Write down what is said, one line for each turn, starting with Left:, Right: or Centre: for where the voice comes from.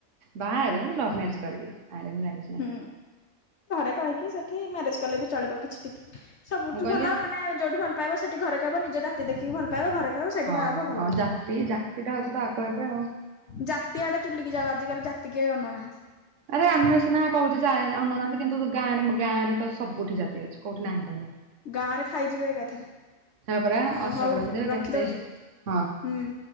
Right: ବାହା ହେବେ କିନ୍ତୁ ଲଭ୍ ମ୍ୟାରେଜ କରିଵି ଆ
Left: ହୁଁ ଘରେ କହିକି ସେଠି ମ୍ୟାରେଜ କଲେ ବି ଚଳିବ କିଛି ସବୁଠୁ
Right: ମୁଁ କହିଲି
Left: ଭଲ ମାନେ ଯୋଉଠି ଭଲ ପାଇବ ସେଠି ଘରେ କହବ ନିଜ ଜାତି ଦେଖିକି ଭଲ ପାଇବ ଘରେ କହିବ ସେଇଠି
Right: ହଁ
Left: ବାହା ହବ ଭଲ।
Right: ଜାତି ଜାତିଟା ହଉଚି ତ ଆଗ ଏବେ ଆଉ।
Left: ଜାତି ଆଡେ ଚୁଲିକି ଯାଉ ଆଜିକାଲି ଜାତି କିଏ ଅନଉଁ ନାହାନ୍ତି।
Right: ଆରେ ଆମେ ସିନା କହୁଚି ସେ ଆଏ ଅନଉ ନାହାନ୍ତି କିନ୍ତୁ ଗାଁରେ ମ ଗାଁରେ ତ ସବୁଠି ଜାତି ଅଛି କୋଉଠି ନାହିଁ କହିଲ?
Left: ଗାଁ ରେ ଖାଇଯିବେ ଏକାଥରେ
Right: ହଁ ପରା ଅଟକ
Left: ହଁ ହଉ
Right: ରଖିଦେବେ
Left: ରଖିଦଉଚି?
Right: କେତେ ହଁ।
Left: ହୁଁ।